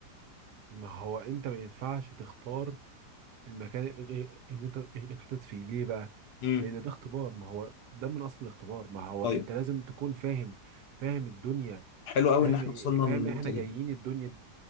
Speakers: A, on the right; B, on the left.
A: ما هو انت ما ينفعش تختار المكان غير- اللي انت اتحطيت فيه ليه بقى
B: امم
A: لان ده اختبار ما هو ده من اصل الاختبار ما هو
B: طيب
A: انت لازم تكون فاهم فاهم الدنيا
B: حلو قوي
A: فاهم
B: ان احنا
A: إيه-
B: وصلنا
A: فاهم
B: للنقطه
A: إيه احنا جايين
B: دي
A: الدنيا